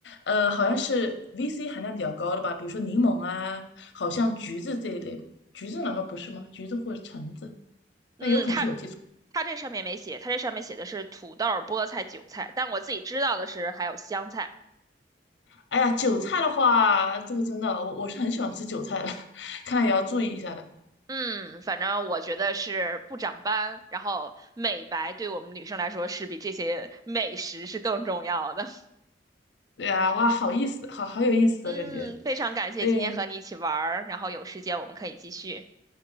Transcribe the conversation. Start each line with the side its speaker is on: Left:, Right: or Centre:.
Left: 呃，好像是 VC 含量比较高的吧，比如说柠檬啊，好像橘子这一类。橘子难道不是吗？橘子或者橙子，
Right: 嗯，
Left: 那有可能是我记错。
Right: 它它这上面没写，它这上面写的是土豆、菠菜、韭菜，但我自己知道的是还有香菜。
Left: 哎呀，韭菜的话，这个真的，我我是很喜欢吃韭菜的，<laughs> 看来也要注意一下的。
Right: 嗯，反正我觉得是不长斑，然后美白对我们女生来说是比这些美食是更重要的。<laughs>
Left: 对呀，哇，好意思，好好有意思的感觉。
Right: 嗯，非常感谢今天和你一起玩儿，
Left: 对
Right: 然后有时间我们可以继续。